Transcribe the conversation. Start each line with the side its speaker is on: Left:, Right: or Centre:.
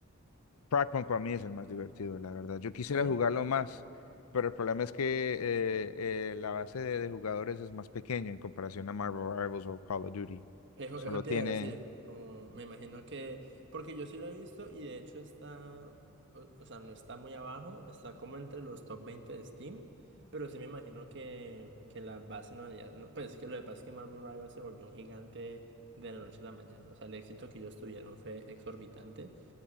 Left: Frogpunk para mí es el más divertido, la verdad. Yo quisiera
Right: Sí.
Left: jugarlo más, pero el problema es que eh, eh, la base de, de jugadores es más pequeña en comparación a Marvel Rivals o Call of Duty.
Right: Eso,
Left: Solo
Right: eso te
Left: tiene...
Right: iba a decir, como me imagino que, porque yo sí lo he visto y de hecho está, o, o sea, no está muy abajo, está como entre los top 20 de Steam, pero sí me imagino que, que la base no debería, no, pues es que lo que pasa es que Marvel Rivals se volvió un gigante de la noche a la mañana, o sea, el éxito que ellos tuvieron fue exorbitante